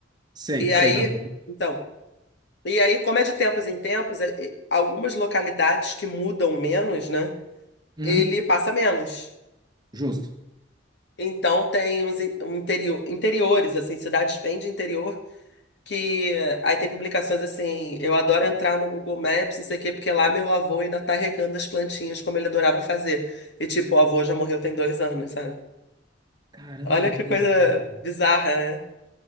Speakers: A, on the right; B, on the left.
A: Sei,
B: E
A: sei,
B: aí,
A: não. Tô...
B: então, e aí, como é de tempos em tempos, é- e- algumas localidades que mudam menos, né?
A: Uhum,
B: Ele passa menos.
A: justo.
B: Então tem uns in- um interior, interiores, assim, cidades bem de interior que aí tem publicações assim, eu adoro entrar no Google Maps, não sei o quê, porque lá meu avô ainda tá regando as plantinhas como ele adorava fazer. E tipo, o avô já morreu tem dois anos, sabe?
A: Caramba,
B: Olha que
A: que
B: coisa
A: bizarro.
B: bizarra, né?